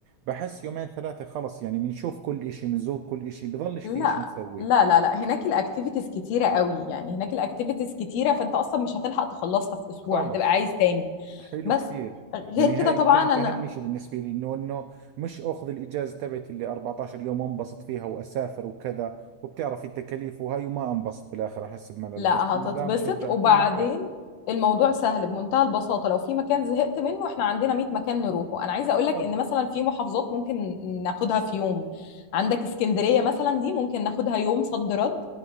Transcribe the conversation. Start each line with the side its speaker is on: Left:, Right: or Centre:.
Right: بحس يومين ثلاثة خلص يعني بنشوف كل اشي بنزور كل اشي بضلش
Left: لا
Right: في اشي نسويه
Left: لا لا لا هناك الاكتيفيتيز كتيره قوي يعني هناك الاكتيفيتيز كتيره فانت اصلا مش هتلحق تخلصها في اسبوع
Right: خلص
Left: هتبقى عايز تاني
Right: حلو
Left: بس
Right: كثير
Left: غير
Right: يعني هاي
Left: كده طبعا
Right: كانت
Left: انا
Right: اهم شيء بالنسبه لي انه انه مش اخذ الاجازه تبعتي اللي 14 يوم وانبسط فيها واسافر وكذا وبتعرف التكاليف وهاي وما انبسط بالاخر احس بملل
Left: لا
Right: بس ما
Left: هتتبسط
Right: دام شجعتيني
Left: وبعدين
Right: لا
Left: الموضوع سهل بمنتهى البساطة لو في مكان زهقت منه احنا عندنا 100 مكان نروحه انا عايزة اقولك
Right: خلص
Left: ان مثلا في محافظات ممكن ناخدها في يوم عندك اسكندرية مثلا دي ممكن ناخدها يوم صد رد